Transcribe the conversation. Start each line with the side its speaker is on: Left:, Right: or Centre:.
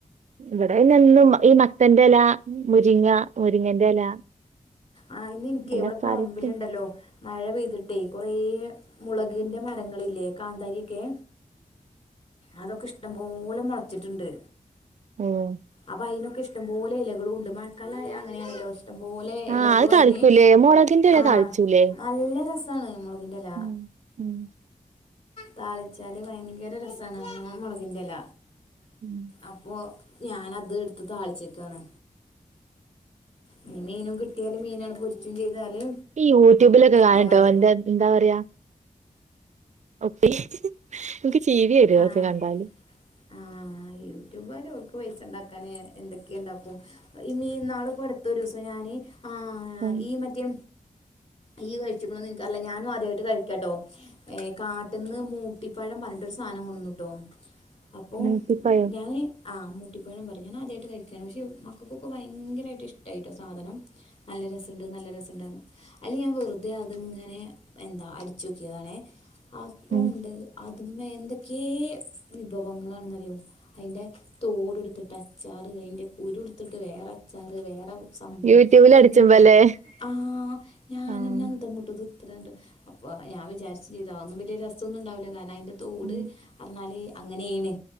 Right: ഇവടെയ്നെന്നും ഈ മത്തന്റെല മുരിങ്ങ മുരിങ്ങന്റെല
Left: ആഹ് ഇന്ന് ഇൻക്കെയ്
Right: എല്ലാ
Left: വടെ പറമ്പിലുണ്ടല്ലോ?
Right: കറിക്ക്
Left: മഴ പെയ്തിട്ടേയ് കൊറെ മുളകിന്റെ മരങ്ങളില്ലേ കാന്താരി ഒക്കെ? അതൊക്കെ ഇഷ്ടംപോലെ മൊളച്ചിട്ട്ണ്ട്
Right: ഓഹ്
Left: അപ്പൊ അയിനൊക്കെ ഇഷ്ടംപോലെ ഇലകളുണ്ട്. മഴക്കാലായാ അങ്ങനെണല്ലോ? ഇഷ്ടംപോലെ
Right: ആഹ്
Left: എലക
Right: അത് താളിക്കൂലേ
Left: അയ്ന്
Right: മൊളകിന്റെല
Left: ആഹ്
Right: താളിച്ചൂലേ
Left: നല്ല രസാണ് മൊളകിന്റെല
Right: ഉം ഉം
Left: താളിച്ചാല് ഭയങ്കര രസാണല്ലോ മുളകിന്റെല
Right: ഉം
Left: അപ്പോ ഞാനത് എടുത്ത് താളിച്ചേക്കാണ് ഇനി മീനും കിട്ടിയല് മീനണ് പൊരിച്ചും ചെയ്താല്
Right: ഈ യൂട്യൂബിലൊക്കെ കാണട്ടോ
Left: അത് മതി
Right: എന്ത എന്താ പറയാ ഒട്ടി ഇൻക്ക് ചിരി വരും അതൊക്കെ
Left: ആഹ്
Right: കണ്ടാല്
Left: ആഹ് യൂട്യൂബാര് ഓൽക്ക് പൈസ ണ്ടാക്കാന് എന്തൊക്കെ ണ്ടാക്കും ഇമ്മേ ഇന്നാള് പ്പൊ അടുത്തൊരുസം ഞാന് ആഹ്
Right: ഉം
Left: ഈ മറ്റേ ഇയ്യ് കഴിച്ച്ക്ക്‌ണോന്ന് ഇൻക്കറിയില്ല ഞാൻ ആദ്യായിട്ട് കഴിക്കട്ടോ ഏഹ് കാട്ട്ന്ന് മൂട്ടിപ്പഴം പറഞ്ഞട്ട് ഒര് സാനം കൊണ്ടന്നുട്ടോ അപ്പം
Right: മൂക്കിപ്പായോ
Left: ഞാന് ആഹ് മൂട്ടിപ്പഴം പറയും ഞാനാദ്യായിട്ട് കഴിക്കാണ്. പക്ഷെ മക്കക്കൊക്കെ ഭയങ്കരയിട്ട് ഇഷ്ടായിട്ടോ സാധനം നല്ല രസണ്ട് നല്ല രസണ്ട് അർഞ്ഞു അയില് ഞാൻ വെറുതെ അത്ങ്ങനെ എന്താ അടിച്ചോക്കിയതാണേ അപ്പണ്ട്
Right: ഉം
Left: മ്മേ എന്തൊക്കെ വിഭവങ്ങളാണ് അറിയോ? അയിന്റെ തോട് ട്ത്തിട്ട് അച്ചാറ് അയ്ന്റെ കുരുട്ത്തിട്ട് വേറെ അച്ചാറ് വേറെ സംഭവം
Right: യൂട്യൂബിൽ
Left: എന്ത്
Right: അടിച്ചുമ്പല്ലേ
Left: ആഹ് ഞാനെന്ന
Right: ആഹ്
Left: അന്ധം വിട്ട് ഇത് ഇത്രണ്ട് അപ്പൊ ഞാൻ വിചാരിച്ച് ചെയ്ത് അതൊന്നുംവല്ല്യേ രസൊന്നും ണ്ടാവില്ല കാരണം അതിന്റെ തോട്
Right: ഉം
Left: പറഞ്ഞാല് അങ്ങനെണ്